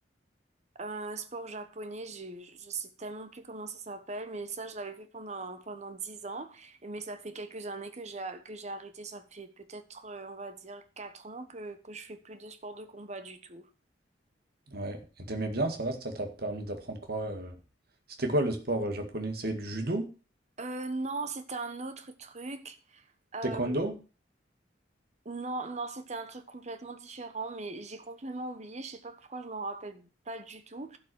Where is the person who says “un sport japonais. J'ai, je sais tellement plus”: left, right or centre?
Right